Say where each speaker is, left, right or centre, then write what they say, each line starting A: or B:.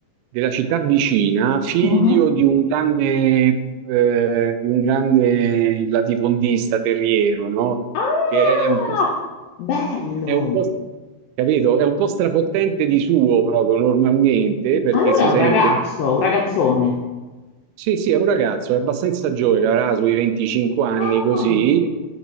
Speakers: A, on the right; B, on the left.
A: della città vicina, figlio
B: Mhm.
A: di un grande, eh, di un grande latifondista terriero, no?
B: Ah,
A: Che è un po',
B: bello!
A: è un po', capito? È un po' strafottente di suo proprio normalmente, perché
B: Allora
A: si
B: è un
A: sente...
B: ragazzo, un ragazzone.
A: Sì, sì, è un ragazzo, è abbastanza giovane, avrà sui 25 anni
B: Ah,
A: così,